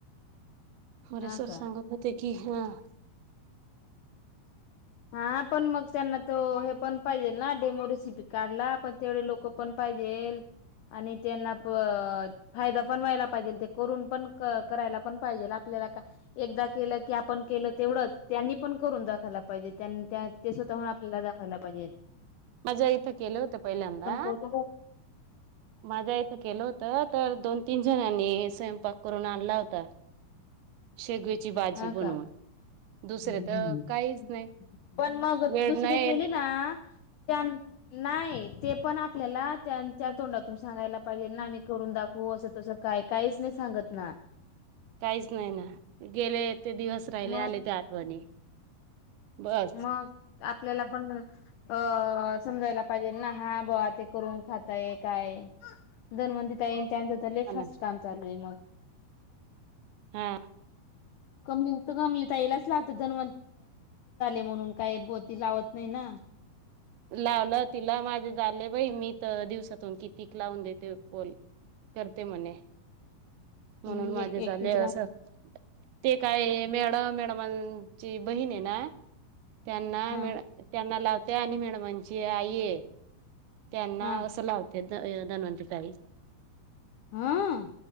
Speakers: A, on the right; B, on the left.
A: मोरे
B: हा
A: सर
B: का
A: सांगत होते की हां
B: हा पण मग त्यांना तो हे पण पाहिजे ना डेमो रेसिपी काढला पण तेवढे लोक पण पाहिजे. जेल आणि त्यांना प फायदा पण व्हायला पाहिजे ते करून पण करायला पण पाहिजे आपल्या. एकदा केलं की आपण केलं तेवढंच त्यांनी पण करून दाखवयला. पाहिजेत त्याना त्या ते स्वतःहून आपल्याला दाखवायला पाहिजेत.
A: माझ्या इथं केलं हुतं पहिल्यांदा
B: करतो
A: माझ्या इथं केलं होतं तर दोन तीन झणांनी स्वयंपाक करून आणला होता. शेगवेची भाजी
B: हा
A: बनवून.
B: का <inaudible>
A: दुसरे तर काहीच नाही
B: पण मग
A: वेळ
B: दुसरी
A: नाही
B: केली ना त्या नाही ते पण आपल्याला त्यांच्या तोंडातून. सांगायला पाहिजे ना आम्ही करून दाखवू असं तसं काय काहीच नाही सांगत ना.
A: काहीच नाही ना गेले ते दिवस राहिल्या
B: मग
A: आल्या त्या आठवणी बस
B: मग आपल्याला पण अ समजायला पाहिजे ना हा बुवा ते करून खाताय काय धनवंती ताई. त्यांच तर लई
A: हा
B: फास्ट
A: ना
B: काम चालूय मग.
A: हा.
B: <unintelligible> झाले म्हणून का <unintelligible> ती लावत नाही ना
A: लावलं तिला माझे झाले बाई मी तर दिवसातून किती लावून देते बोल करते म्हणे. म्हणून
B: ती
A: माझे
B: एक
A: झाले
B: एकटीच
A: असं
B: राहते
A: ते काय मॅडम त्या मॅडमांची बहीण आहे ना त्यांना
B: हा
A: लावते आणि मॅडम यांना. म्हणजे आईये त्यांना
B: हा
A: असं लावते धनवंतर ताई
B: हं अ